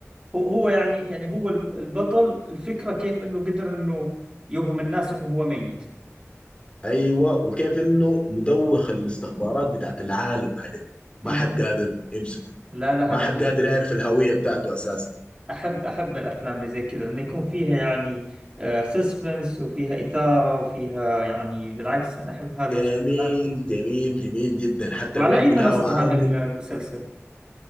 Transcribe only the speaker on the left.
ايوه وكيف انه مدوخ الاستخبارات بتاعت العالم عليه ما
حد قادر يمسكه
ما
حد
قادر يعرف الهويه بتاعته اساسا
جميل
جميل جميل جدا حتى
الريت
بتاعه
عامل